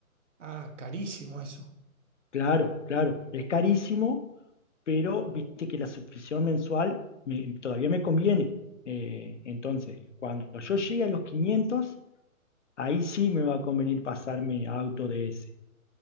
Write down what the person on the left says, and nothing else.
Claro, claro, es carísimo, pero viste que la suscripción mensual me- todavía me conviene. Eh, entonces, cuando yo llegue a los 500, ahí sí me va a convenir pasarme a Auto DS.